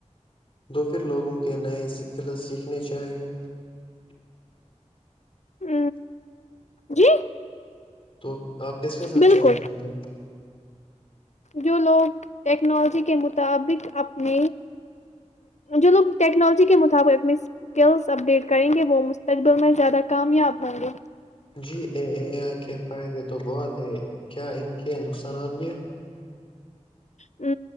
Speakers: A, on the left; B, on the left.
A: دو پھر لوگوں کے نئے سکلز سیکھنے چاہیئے
B: ہ جی
A: تو آپ کس کے ساتھ
B: بالکل
A: چائے ایڈ کریں گے
B: جو لوگ ٹیکنالوجی کے مطابق اپنے جو لوگ ٹیکنالوجی کے مطابق اپنے اسکلس اپڈیٹ کریں گے وہ مستقبل میں زیادہ کامیاب ہوں گے
A: جی اے اے آئی کے فائدے تو بہت ہے کیا ان کے نقصان ثرانبیہ
B: ا